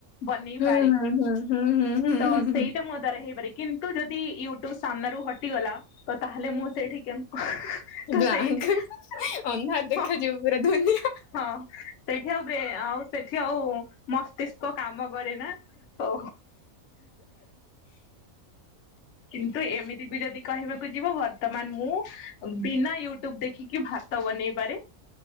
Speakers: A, on the left (about 60°); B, on the left (about 85°).
A: ବନେଇ
B: ହୁଁ
A: ପାରେ।
B: ହୁଁ ହୁଁ ହୁଁ ହୁଁ
A: ତ
B: ହୁଁ ହୁଁ
A: ସେଇଟା
B: ହୁଁ
A: ମୋ ଦ୍ଵାରା ହେଇପାରେ କିନ୍ତୁ ଯଦି ୟୁ ଟ୍ୟୁବ୍ ସାମ୍ନାରୁ ହଟିଗଲା ତ ତାହେଲେ ମୁଁ ସେଇଠି କେମ୍ ତ
B: ବ୍ଲାଙ୍କ
A: ସେଇଠି
B: ଅନ୍ଧାର ଦେଖାଯିବ
A: ହଁ
B: ପୁରା ଧୁନିଆ।
A: ହଁ ସେଇଠି ଆଉ ବ୍ରେ ଆଉ ସେଠି ଆଉ ମସ୍ତିଷ୍କ କାମ କରେ ନା ଓ କିନ୍ତୁ ଏମିତି ବି ଯଦି କହିବାକୁ ଯିବ ବର୍ତ୍ତମାନ ମୁଁ ବିନା ୟୁଟ୍ୟୁବ୍ ଦେଖି କି ଭାତ ବନେଇ ପାରେ।